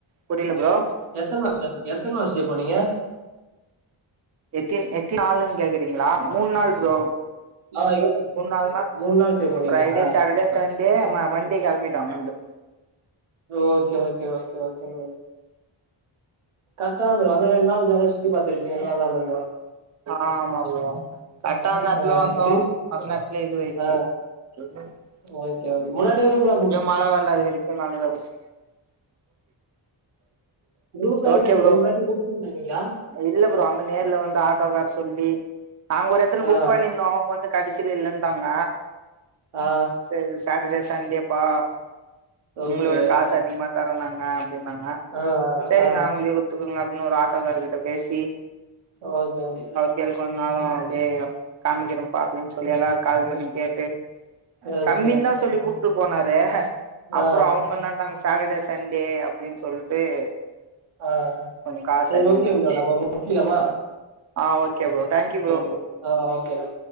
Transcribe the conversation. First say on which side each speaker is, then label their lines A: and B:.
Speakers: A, on the right; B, on the right.
A: புரில ப்ரோ
B: எத்தன நாள் ஸ்டே எத்தன வருஷே போனீங்க
A: எத்தி எத்தி நாளுன் கேக்றீங்ளா மூண் நாள் ப்ரோ
B: ஆ எவ்
A: மூண் நாள்னா
B: மூணு நாள் ஸ்டே பண்ணீங்களா
A: ஃப்ரைடே
B: ஆ
A: சாட்டர்டே சண்டே ம மண்டே கெளம்பிட்டோ அங்கிருந்து
B: okay okay okay okay <unintelligible> கரக்ட்தா bro அதா ரெண்டு நாள் ஜாலியா சுத்தி பாத்திரிக்கீங்க <unintelligible>
A: ஆமா ப்ரோ கட்டான நேரத்ல
B: ஆ
A: வந்தோ
B: ட்ரிங்
A: அது நேரத்லயே இதுவெச்சி
B: ஆ
A: <inaudible>
B: ஓகே ஓகே முன்னாடியே எது பிளான்
A: இங்க மழ வரல அது வெரிக்கு நல்லதா போச்சு
B: ரூம்லா
A: ஓகே
B: எப்டி
A: ப்ரோ
B: முன்னாடி புக் பண்ணீங்களா
A: இதுல <unintelligible> அங்க நேர்ல வந்த ஆட்டோ கார் சொல்லி நாங்க ஒரு எடத்துல புக்
B: ஆ
A: பண்ணிருந்தோ அவுங்க வந்து கடேசில இல்லன்டாங்க
B: ஆ
A: செரி சாட்டர்டே சண்டேப்பா
B: ஓகே
A: உங்கள விட காஸ் அதிகமா தரன்னாங்க அப்டின்னாங்க
B: ஆ
A: செரிங்
B: ஆ ஆ
A: நா அவுங்குளுக்கே குத் த்துக்குருங்க அப்டின் ஒரு ஆட்டாேகார் கிட்ட பேசி
B: ஓகே ஓகே
A: கேளு கொந்தாலு அப்டியே <unintelligible> அப்டியே காமிக்கிற பாதுக்னு சொல்லி எல்லாரு கால் பண்ணி கேட்டு
B: ஓகே
A: தம்பின் தா சொல்லி கூப்ட்டு போனாரு அப்றோ
B: ஆ
A: அவுங்கன்னா நாங்க சாட்டர்டே சண்டே அப்டின் சொல் இப்யே
B: ஆ ஆ
A: கொஞ்சோ காஸ்
B: சரி
A: அதிகமாயிடுச்சு
B: ஓகே ப்ரோ நம்ம முடிச்சிக்கலாமா
A: ஆ okay bro thank you bro
B: okay ஆ ஓகே ப்ரோ